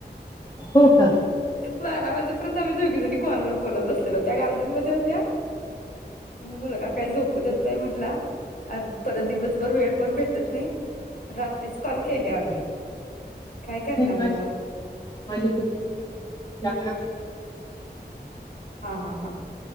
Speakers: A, on the left; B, on the left.
A: हो का
B: बारा वाजे आम्ही दोघी जणी कॉल वर बोलत बसलेलो, त्या गार्डन मध्ये होत्या. मुलगा काय झोप पुद्यात नाही म्हटलां. परत दिवसभर वेळ पण भेटत नाही रात्रीच कॉल केले आम्ही
A: <unintelligible>
B: काय करणार मग हा हा हा